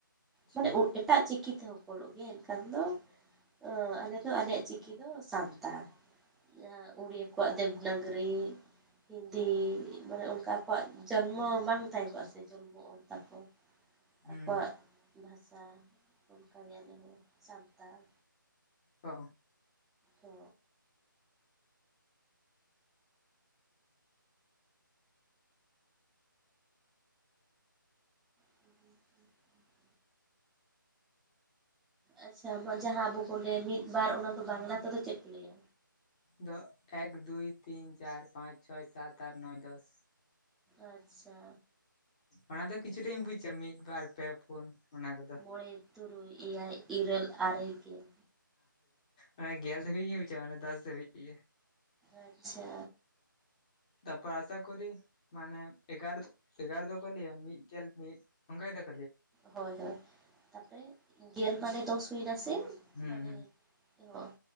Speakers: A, on the left; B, in the centre.
A: ᱟᱪᱪᱷᱟ
B: ᱢᱟᱱᱮ ᱮᱴᱟᱜ ᱪᱤᱠᱤ ᱛᱮᱦᱚᱸ ᱠᱚ ᱚᱞᱚᱜ ᱜᱮᱭᱟ ᱮᱱᱠᱷᱟᱱ ᱫᱚ ᱚ ᱟᱞᱮ ᱫᱚ ᱟᱞᱮᱭᱟᱜ ᱪᱤᱠᱤ ᱫᱚ ᱥᱟᱱᱛᱟᱲ ᱡᱟᱦᱟᱸ ᱩᱲᱤᱭᱟ ᱠᱚᱣᱟᱜ ᱫᱮᱵᱽᱱᱟᱜᱚᱨᱤ ᱦᱤᱱᱫᱤ ᱢᱟᱱᱮ ᱚᱱᱠᱟ ᱠᱚᱣᱟᱜ ᱡᱚᱱᱢᱚ ᱵᱟᱝ ᱛᱟᱦᱮᱸ ᱠᱚᱜᱼᱟ ᱥᱮ ᱡᱚᱱᱢᱚ ᱚᱞ ᱛᱟᱠᱚ
A: ᱦᱩᱸ
B: ᱟᱠᱚᱣᱟᱜ ᱵᱷᱟᱥᱟ ᱚᱱᱠᱟᱜ ᱟᱞᱮ ᱦᱚᱸ ᱥᱟᱱᱛᱟᱲ
A: ᱚ
B: ᱚ <inaudible> ᱟᱪᱪᱷᱟ ᱡᱟᱦᱟᱸ ᱟᱵᱚ ᱵᱚᱱ ᱞᱟᱹᱭᱟ ᱢᱤᱫ ᱵᱟᱨ ᱚᱱᱟ ᱫᱚ ᱵᱟᱝᱞᱟ ᱛᱮᱫᱚ ᱪᱮᱫ ᱠᱚ ᱞᱟᱹᱭᱟ
A: ᱫᱚ ᱮᱠ ᱫᱩᱭ ᱛᱤᱱ ᱪᱟᱨ ᱯᱟᱸᱪ ᱪᱷᱚᱭ ᱥᱟᱛ ᱟᱴ ᱱᱚᱭ ᱫᱚᱥ
B: ᱟᱪᱪᱷᱟ
A: ᱚᱱᱟ ᱫᱚ ᱠᱤᱪᱷᱩᱴᱟ ᱤᱧ ᱵᱩᱡᱟ ᱢᱤᱫ ᱵᱟᱨ ᱯᱮ ᱯᱩᱱ ᱚᱱᱟ ᱠᱚᱫᱚ
B: ᱢᱚᱬᱮ ᱛᱩᱨᱩᱭ ᱮᱭᱟᱭ ᱤᱨᱟᱹᱞ ᱟᱨᱮ ᱜᱮᱞ
A: ᱚᱱᱟ ᱜᱮᱞ ᱫᱷᱟᱹᱵᱤᱡ ᱜᱮ ᱵᱩᱪᱟ ᱢᱟᱱᱮ ᱫᱚᱥ ᱫᱷᱟᱹᱵᱤᱡ ᱜᱮ
B: ᱟᱪᱪᱷᱟ
A: ᱛᱟᱯᱚᱨ ᱟᱥᱟᱠᱚᱨᱤ ᱢᱟᱱᱮ ᱮᱜᱟᱨᱚ ᱮᱜᱟᱨᱚ ᱫᱚᱠᱚ ᱞᱟᱹᱭᱟ ᱢᱤᱫ ᱜᱮᱞ ᱢᱤᱫ ᱚᱱᱠᱟ ᱜᱮᱠᱚ
B: ᱦᱳᱭ ᱦᱳᱭ ᱛᱟᱨᱯᱚᱨᱮ ᱜᱮᱞ ᱢᱟᱱᱮ ᱫᱚᱥ ᱦᱳᱭᱱᱟᱥᱮ
A: ᱦᱩᱸ
B: ᱢᱟᱱᱮ
A: ᱦᱩᱸ
B: ᱦᱚᱸ